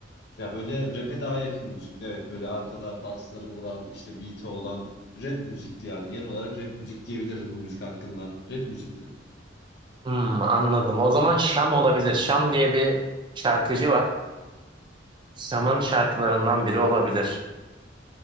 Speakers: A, on the left (about 60°); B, on the right (about 25°).
A: Ya böyle rap'e daha yakın müzikti evet. Böyle arkada basları vuran işte beat'i olan rap müzikti yani. Genel olarak rap müzik diyebilirdim bu müzik hakkında. Rap müzikti.
B: Hmm, anladım. O zaman Şam olabilir. Şam diye bir şarkıcı var. Şam'ın şarkılarından biri olabilir.